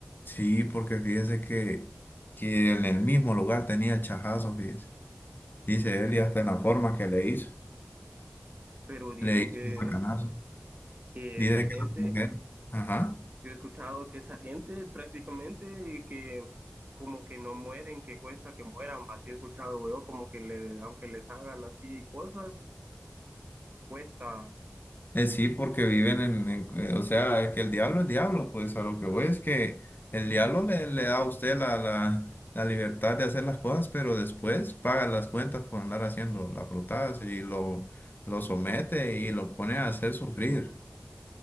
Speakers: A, on the left; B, on the right.
A: Sí, porque fíjese que, que en el mismo lugar tenía el chajazo, fíjese. Dice
B: Y,
A: él y hasta en la forma que le hizo,
B: pero dicen
A: le hizo
B: que,
A: un macanazo.
B: que
A: Dice
B: esa gente,
A: que la mujer, ajá.
B: yo he escuchado que esa gente prácticamente que como que no mueren, que cuesta que mueran, va, así he escuchado yo, como que le, aunque les hagan así cosas, cuesta.
A: Eh, sí, porque viven en, en- eh, o sea, es que el diablo es diablo, pues a lo que voy es que el diablo le, le da a usted la, la, la libertad de hacer las cosas, pero después paga las cuentas por andar haciendo las brutadas y lo, lo somete y lo pone a hacer sufrir,